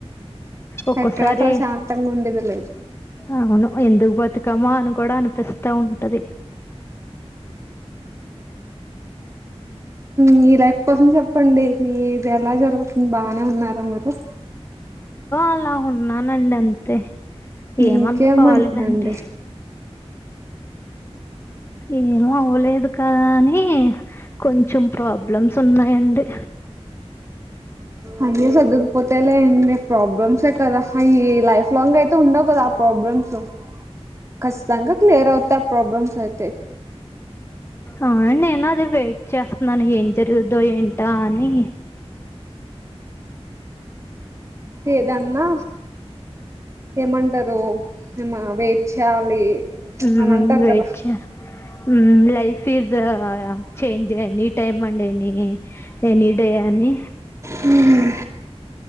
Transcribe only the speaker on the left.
ఒక్కోసారి
అవును ఎందుకు బతుకమ్ అను కూడా అనిపిస్తా స్థా ఉంటాధి
అలా ఉన్నానండి అంతే ఏమంతకోలిదండి
ఏమో అవ్వలేదు కానీ కొంచెం ప్రాబ్లమ్స్ ఉన్నాయండి
ఆ నేను అది వెయిట్ చేస్తున్నాను ఏం జరుగుదో ఏంటి తానీ
ఉమ్
వెయిట్
చేయాలి ఉమ్ జీవితం life is change any time అండి ఎనీ ఎనీ డే అని